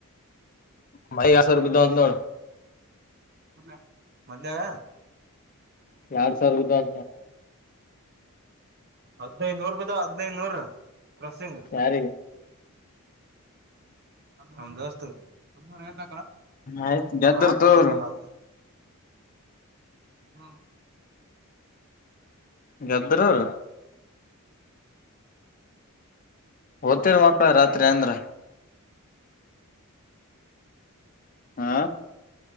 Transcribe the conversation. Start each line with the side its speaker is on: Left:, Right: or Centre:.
Left: ಮ ಆಾಸರ್ ನೋ
Right: ಮ ಮದಾಗ
Left: ಎರಡ್ ಸರ್ ಗದ
Right: ಹದ್ಿನೈದುನೂರು ಬ ಹದ್ಿನೈದುನೂರ್ ರಸಿಂಗ್
Left: ಯಾರಿಗೆ
Right: ನಮ್ ದೋಸ್ತತ್ ಹದ
Left: ಆಯ್ತ್ ಗೆದ್ದರ್
Right: ಐಕಕ್ಲಿ
Left: ತೋವ್ರಿ
Right: ಐದ್ನೂ ಆ ಹ
Left: ಗ್ದರರು ಓದ್ತಿೀರ ಮಕ್ಳ ರಾತ್ರಿ ಅಂದ್ರ ಹಾ